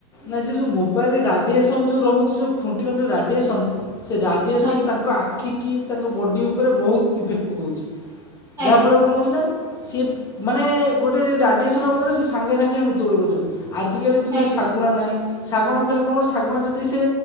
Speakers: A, on the left; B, on the right.
A: ନା ଯି ଯୋଉ ମୋବାଇଲ ରାଡିଏସନ ଯୋଉ ରହୁଛି ଯୋଉ ଖୁଣ୍ଟି ପାଖରେ ଯୋଉ ରାଡିଏସନ ସେ ରାଡ଼ିଏସନ୍
B: ଆଜ୍ଞା
A: ତାଙ୍କ ଆଖି କି ତାଙ୍କ ବଡ଼ି ଉପରେ ବହୁତ ଇଫେକ୍ଟ ପକଉଛି। ଯାହାଫଳ
B: ଆଜ୍ଞା
A: କଣ ହଉଛି ନା ସିଏ ମାନେ ଗୋଟେ ରାଡ଼ିଏସନ୍ ବଦରେ ସେ ସାଙ୍ଗେ ସାଙ୍ଗେ ସେଠି ମୃତ୍ୟୁ ବରଣ କରୁଛନ୍ତି। ଆଜିକାଲି ଦୁନିଆରେ
B: ଆଜ୍ଞା।
A: ଶାଗୁଣା ନାହିଁ ଶାଗୁଣା ନ ଥିଲେ କଣ ଶାଗୁଣା ଯଦି ସେ